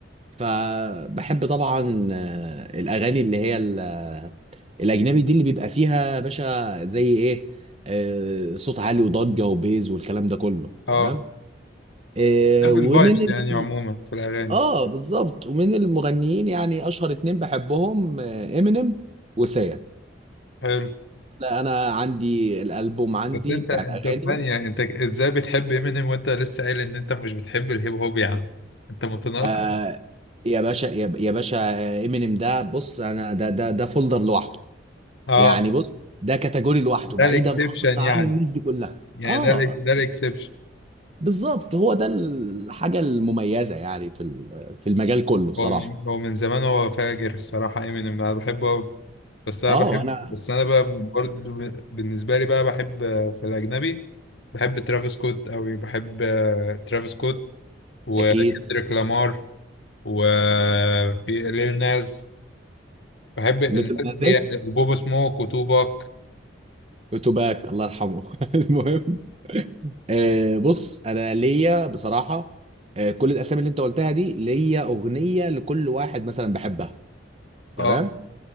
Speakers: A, on the right; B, on the left.
A: فبحب طبعا آه، الاغاني اللي هي ال- آه، الاجنبي دي اللي بيبقى فيها يا باشا زي ايه آه، صوت عالي وضجه وبيز والكلام ده كله
B: اه
A: تمام آه،
B: بحب
A: ومن
B: الفايبس
A: ال...
B: يعني عموما في الاغاني
A: اه بالظبط ومن المغنيين يعني اشهر اتنين بحبهم امينيم وسيا
B: حلو
A: لا انا عندي الالبوم عندي
B: بس انت
A: بتاع
B: انت
A: الاغاني
B: ثانيه انت ازاي بتحب امينيم وانت لسه قايل ان انت مش بتحب الهيب هوب يا عم انت متناقض
A: آه يا باشا يا يا باشا امينيم ده بص انا ده ده ده فولدر لوحده
B: اه
A: يعني بص ده كاتيجوري لوحده
B: ده
A: بعيدا
B: الاكسبشن
A: خالص عن
B: يعني
A: الناس دي كلها
B: يعني
A: اه
B: ده ال- ده الاكسبشن
A: بالظبط هو ده الحاجه المميزه يعني في ال- في المجال كله بصراحه
B: هو من هو من زمان هو فاجر الصراحة امينيم انا بحبه قوي بس انا
A: اه
B: بحب
A: انا
B: بس انا بقى برضه ب- بالنسبة لي بقى بحب آه، في الاجنبي بحب ترافيس سكوت قوي بحب آه، ترافيس سكوت وكندريك
A: اكيد
B: لامار وليل ناز بحب الناس
A: ليتل ناز
B: دي
A: اكس
B: وبوب سموك وتوباك
A: وتوباك الله يرحمه <laughs> المهم آه، بص انا ليا بصراحه آه، كل الاسامي اللي انت قلتها دي ليا اغنيه لكل واحد مثلا بحبها تمام
B: اه